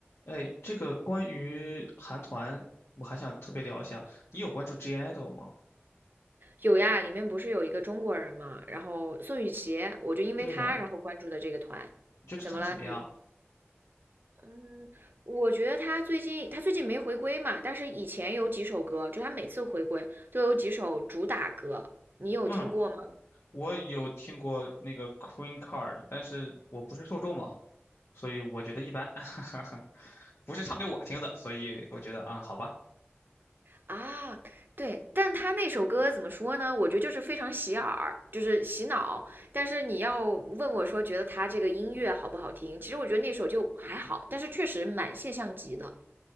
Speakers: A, on the left; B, on the right.
A: 哎，这个关于韩团，我还想特别聊一下。你有关注 G IDOL 吗？
B: 有呀，里面不是有一个中国人嘛，然后宋雨琦，我就因为他然后关注的这个团。
A: 对的，你觉得这团怎么样？
B: 怎么了？你嗯，我觉得他最近他最近没回归嘛，但是以前有几首歌，就他每次回归都有几首主打歌，你有听过吗？
A: 嗯，我有听过那个 Queen Card，但是我不是受众嘛，所以我觉得一般，<laughs> 不是唱给我听的，所以我觉得嗯，好吧。
B: 啊，对，但他那首歌怎么说呢？我觉得就是非常洗耳，就是洗脑。但是你要问我说，觉得他这个音乐好不好听？其实我觉得那首就还好，但是确实蛮现象级的。